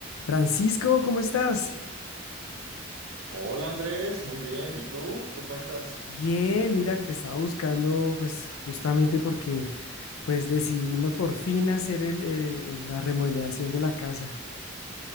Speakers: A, on the left; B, on the right.
A: Francisco, ¿cómo estás?
B: Hola Andrés, muy bien. ¿Y tú qué cuentas?
A: Bien, mira, que te estaba buscando, pues justamente porque pues decidimos por fin hacer el, eh, la remodelación de la casa.